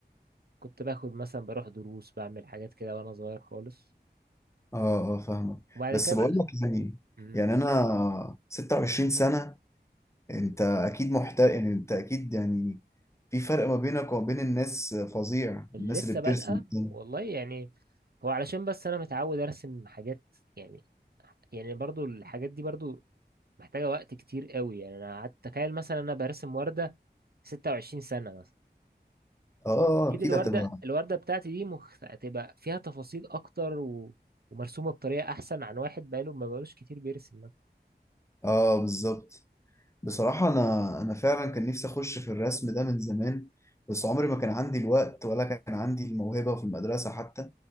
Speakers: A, on the right; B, on the left.
A: كنت باخد مثلا بروح دروس بعمل حاجات كده وانا صغير خالص
B: اه اه فاهمك
A: وبعد
B: بس
A: كده
B: بقول
A: بقى
B: لك يعني
A: امم
B: يعني انا 26 سنة انت اكيد محترف يعني انت اكيد يعني في فرق ما بينك وما بين الناس فظيع
A: اللي
B: الناس
A: لسه
B: اللي بترسم
A: بادئه
B: التاني
A: والله يعني هو علشان بس انا متعود ارسم حاجات يعني يعني برضو الحاجات دي برضو محتاجة وقت كتير قوي يعني انا قعدت تخيل مثلا انا برسم وردة 26 سنة مثلا
B: اه آه، آه،
A: اكيد
B: اكيد
A: الوردة
B: هتبقى
A: الوردة بتاعتي دي مخ... هتبقى فيها تفاصيل اكتر و... ومرسومة بطريقة احسن عن واحد بقاله ما بقالوش كتير بيرسم مثلا
B: اه بالظبط بصراحة انا انا فعلا كان نفسي اخش في الرسم ده من زمان بس عمري ما كان عندي الوقت ولا كان عندي الموهبة في المدرسة حتى